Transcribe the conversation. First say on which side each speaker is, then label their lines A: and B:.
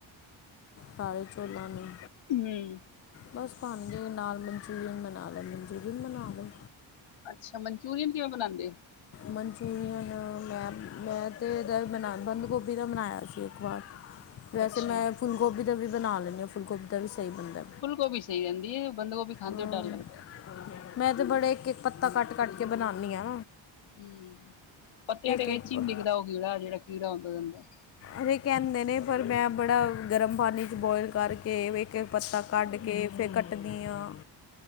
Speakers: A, on the left; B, on the left.
A: ਸਾਰੇੇ, ਚੌਲਾਂ ਨੂੰ।
B: ਹਮ।
A: ਬਸ, ਭਾਵੇਂ ਜੇ ਨਾਲ ਮਨਚੂਰੀਅਨ ਬਣਾ ਲਏਮਨਚੂਰੀਅਨ ਬਣਾ ਲਓ।
B: ਅੱਛਾ, ਮਨਚੂਰੀਅਨ ਕਿਵੇਂ ਬਣਾਉਂਦੇ ਹੋ?
A: ਮਨਚੂਰੀਅਨ ਮੈਂ, ਮੈਂ ਤੇ ਇਹਦਾ ਬਣਾ, ਬੰਦ ਗੋਭੀ ਦਾ ਬਣਾਇਆ ਸੀ ਇੱਕ ਵਾਰ। ਵੈਸੇ
B: ਅੱਛਾ
A: ਮੈਂ ਫੁੱਲ ਗੋਭੀ ਦਾ ਵੀ ਬਣਾ ਲੈਂਦੀ ਹਾਂ। ਫੁੱਲ ਗੋਭੀ ਦਾ ਵੀ ਸਹੀ ਬਣਦਾ।
B: ਫੁੱਲ ਗੋਭੀ ਸਹੀ ਰਹਿੰਦੀ ਹੈ। ਬੰਦ ਗੋਭੀ ਖਾਂਦੇ
A: ਅਮ,
B: ਹੋਏ ਡਰ ਲਗਦਾ।
A: ਮੈਂ ਤੇ ਬੜੇ, ਇੱਕ-ਇੱਕ ਪੱਤਾ ਕੱਟ-ਕੱਟ ਕੇ ਬਣਾਨੀ ਆ।
B: ਹਮ, ਪੱਤਿਆਂ ਤੇ
A: ਇੱਕ
B: ਵਿੱਚ ਹੀ ਨੀ ਦਿਖਦਾ, ਉਹ ਕੀੜਾ ਜਿਹੜਾ, ਕੀੜਾ ਹੁੰਦਾ ਉਹਦੇ ਅੰਦਰ।
A: ਅਰੇ, ਕਹਿੰਦੇ ਨੇ, ਪਰ ਮੈਂ ਬੜਾ ਗਰਮ ਪਾਣੀ ਚ ਬੋਇਲ ਕਰਕੇ ਕੇ, ਪੱਤਾ ਕੱਢ ਕੇ, ਫਿਰ ਕੱਟਦੀ ਹਾਂ।